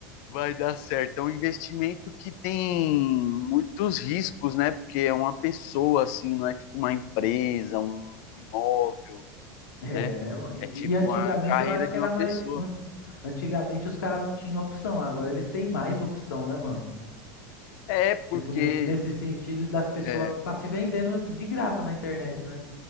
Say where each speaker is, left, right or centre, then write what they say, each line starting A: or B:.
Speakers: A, on the left; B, on the left.
A: vai dar certo. É um investimento que tem muitos riscos, né? Porque é uma pessoa, assim, não é tipo uma empresa, um imóvel,
B: é,
A: né?
B: mano, e
A: É tipo
B: e antigamente
A: a carreira
B: eu acho que
A: de
B: era
A: uma pessoa.
B: mais. não- antigamente os caras não tinham opção, agora eles têm mais opção, né, mano?
A: É porque
B: Tipo, nesse, nesse sentido das pessoas
A: é,
B: tá se vendendo de graça na internet, né?